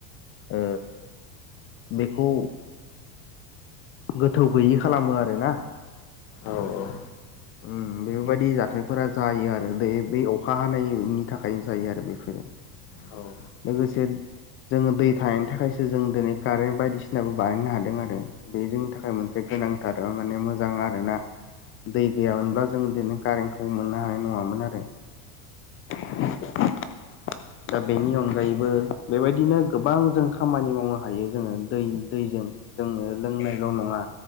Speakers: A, on the left; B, on the left.
A: ओ बेखौ गोथौ गैयि खालामो आरो ना
B: औ औ
A: उम बे बेफोरबायदि जाथायफोरा जायो आरो दे बे अखा हानायनि थाखायनो जायो आरो बेफोरो
B: औ
A: लोगोसे जोङो दै थानायनि थाखायसो जों दिनै कारेन्ट बायदिसिनाबो बानायनो हादों आरो बे जोंनि थाखाय मोनसे गोनांथार ओ माने मोजां आरोना दै गैयामोनबा जोङो दिनै कारेनखौबो मोननो हानाय नङामोन आरो <inaudible> दा बेनि अनगायैबो बेबायदिनो गोबां जों खामानि मावनो हायो जोङो दै नि दैजों जोङो लोंनायल' नङा